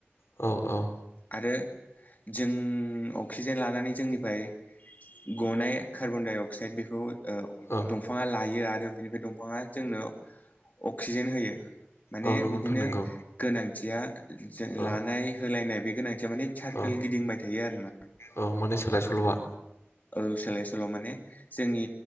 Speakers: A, on the left (about 80°); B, on the left (about 40°).
A: औ औ
B: आरो जों अक्सिजेन लानानै जोंनिफ्राय गनाय कार्बनडाइ अक्साइद बेखौ
A: औ
B: दंफाङा लायो आरो बिनिफ्राय दंफाङा जोंनो अक्सिजेन होयो। माने
A: औ नंगौ
B: बिदिनो
A: नोंथां नंगौ
B: गोनांथिया जों
A: औ
B: लानाय होलायनाय बे गोनांथिया माने सारकोल
A: औ
B: गिदिंबाय थायो आरो ना
A: औ माने सोलाय सोल'आ
B: औ सोलाय सोल' माने जोंनि